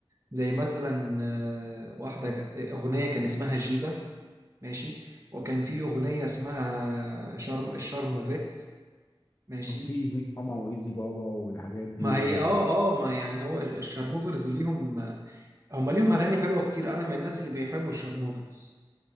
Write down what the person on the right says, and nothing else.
زي مثلا آه، واحدة آه، اغنية كان اسمها جيبة ماشي وكان في أغنية اسمها شرم الشرموفيت ماشي
ما هي
اه اه ما يعني هو الشارموفرز ليهم هم ليهم اغاني حلوه كتير انا من الناس اللي بيحبوا الشارموفرز